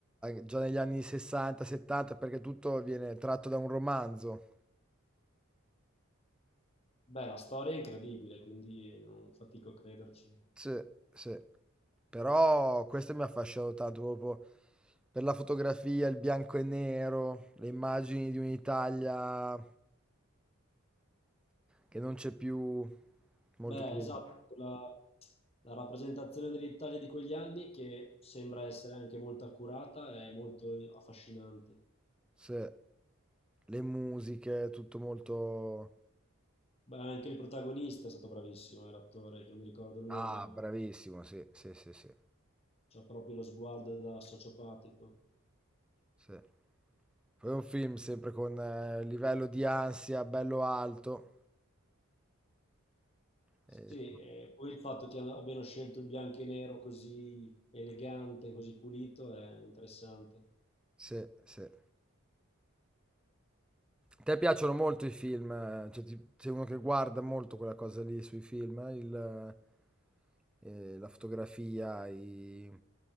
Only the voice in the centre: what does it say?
già negli anni 60, 70, perché tutto viene tratto da un romanzo.
Sì, sì. Però questo mi ha affascinato tanto, proprio per la fotografia, il bianco e nero, le immagini di un'Italia che non c'è più, molto
più.
Sì. Le musiche, tutto molto...
Ah, bravissimo, sì, sì, sì, sì,
sì. Poi è un film sempre con eh, livello di ansia bello alto. Eh,
sì, sì. A te piacciono molto i film, eh, cioè, ti- sei uno che guarda molto quella cosa lì sui film, eh, il, eh, la fotografia, i...